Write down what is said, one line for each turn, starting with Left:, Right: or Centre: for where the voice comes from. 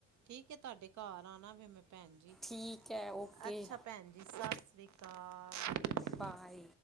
Right: ਠੀਕ ਏ ਤੁਹਾਡੇ ਘਰ ਆਣਾ ਫੇਰ ਮੈਂ ਭੈਣ ਜੀ,
Centre: ਠੀਕ ਹੈ ਓਕੇ
Right: ਅੱਛਾ ਭੈਣ ਜੀ ਸੱਸ ਸਤਿ ਸ੍ਰੀ ਅਕਾਲ
Centre: ਬਾਏ